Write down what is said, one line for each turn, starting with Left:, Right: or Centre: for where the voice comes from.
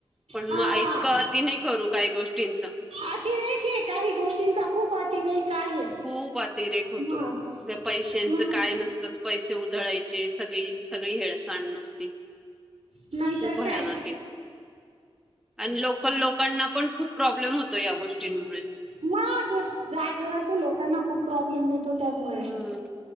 Centre: पण
Right: हा
Centre: मग <unintelligible> ती नाही करू काही गोष्टींचं.
Right: अतिरेक हे काही गोष्टींचा खूप अतिरेक आहे
Centre: खूप अतिरेक होतो,
Right: मग
Centre: म ह्या पैशांचं
Right: मग
Centre: काय नसतंच. पैसे उधळायचे सगळी सगळी हेळ सांड नुसती.
Right: नाहीतर
Centre: खूप भयानक
Right: काय
Centre: आहे, आणि लोकल लोकांना पण खूप प्रॉब्लेम होतो या गोष्टींमुळे.
Right: मग जागेवरच्या लोकांना खूप प्रॉब्लेम येतो. त्यामुळे
Centre: हम्म.